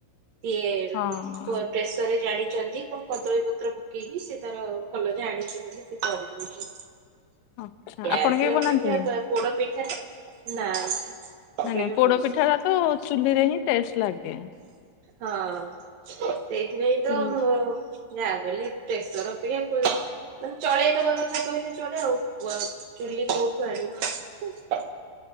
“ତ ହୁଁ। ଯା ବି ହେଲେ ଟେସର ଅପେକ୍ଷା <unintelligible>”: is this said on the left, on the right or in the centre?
Right